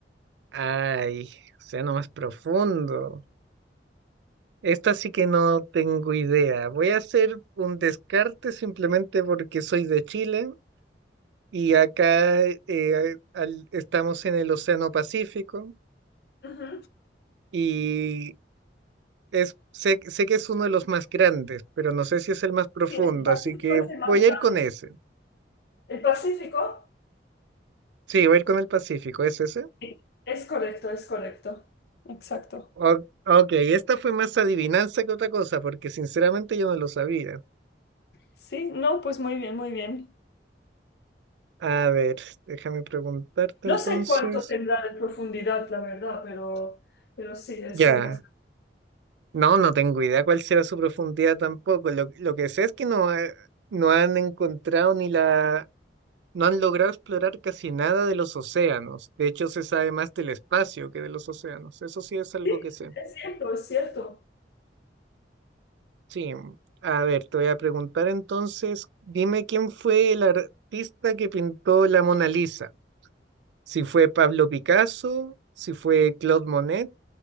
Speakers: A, on the right (about 75°); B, on the left (about 60°).
A: Ay, sea no más profundo. Esta sí que no tengo idea. Voy a hacer un descarte simplemente porque soy de Chile y acá eh, eh, al- estamos en el Océano Pacífico
B: Ujú,
A: y es, sé, sé que es uno de los más grandes, pero no sé si es el más profundo,
B: Sí, el Pacífico
A: así que
B: es el más
A: voy
B: grande.
A: a ir con ese.
B: ¿El Pacífico?
A: Sí, voy a ir con el Pacífico, ¿es ese?
B: Sí. Es correcto, es correcto. Exacto.
A: O- ok, esta fue más adivinanza que otra cosa, porque sinceramente yo no lo sabía.
B: Sí, no, pues muy bien, muy bien.
A: A ver, déjame preguntarte
B: No
A: entonces.
B: sé cuánto tendrá de profundidad, la verdad, pero, pero sí, es
A: Ya,
B: el más grande.
A: no, no tengo idea cuál será su profundidad tampoco. Lo, lo que sé es que no, ha- no han encontrado ni la... No han logrado explorar casi nada de los océanos. De hecho, se sabe más del espacio que de los océanos. Eso sí es algo
B: Sí,
A: que sé.
B: es cierto, es cierto.
A: Sí. A ver, te voy a preguntar entonces, dime quién fue el artista que pintó la Mona Lisa. si fue Pablo Picasso, si fue Claude Monet,